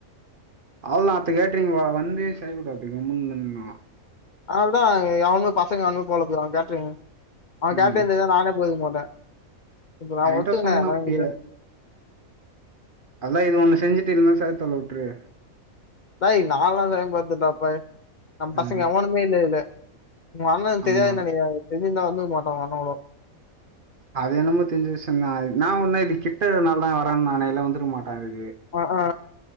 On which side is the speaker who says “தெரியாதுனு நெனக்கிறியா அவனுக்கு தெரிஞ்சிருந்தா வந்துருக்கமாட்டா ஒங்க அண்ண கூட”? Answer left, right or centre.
Left